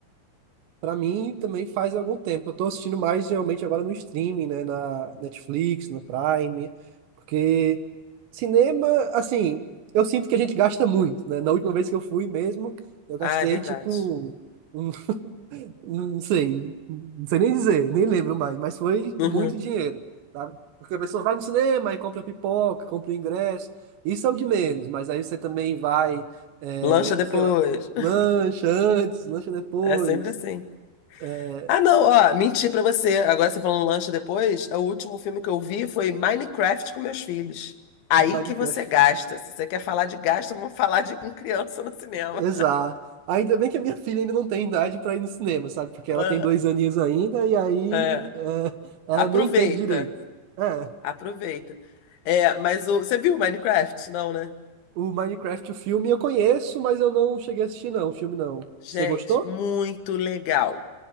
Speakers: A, on the right (about 75°); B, on the left (about 80°).
A: Pra mim também faz algum tempo. Eu tô assistindo mais realmente agora no streaming, né? Na Netflix, no Prime, porque cinema, assim, eu sinto que a gente gasta muito, né? Na última vez que eu fui mesmo, eu gastei
B: Ah, é verdade.
A: tipo, um- <laughs> não sei, não sei nem dizer, nem lembro mais, mas foi
B: Uhum.
A: muito dinheiro, sabe? Porque a pessoa vai no cinema e compra pipoca, compra ingresso, isso é o de menos, mas aí você também vai, é,
B: Lancha depois.
A: sei lá,
B: <laughs>
A: lancha antes, lancha depois.
B: É sempre assim.
A: eh,
B: Ah, não, ó, menti pra você. Agora você falando lancha depois, o último filme que eu vi foi Minecraft com meus filhos. Aí
A: Minecraft.
B: que você gasta. Se você quer falar de gasto, vamos falar de com criança no cinema.
A: Exato. Ainda bem que a minha filha ainda não tem idade pra ir no cinema, sabe? Porque
B: Ah,
A: ela tem dois aninhos ainda e aí
B: é.
A: é, ela
B: Aproveita,
A: nem entende direito. É,
B: aproveita. É, mas o, você viu Minecraft? Não, né?
A: o Minecraft, o filme eu conheço, mas eu não cheguei a assistir não, o filme não.
B: Gente,
A: Você gostou?
B: muito legal.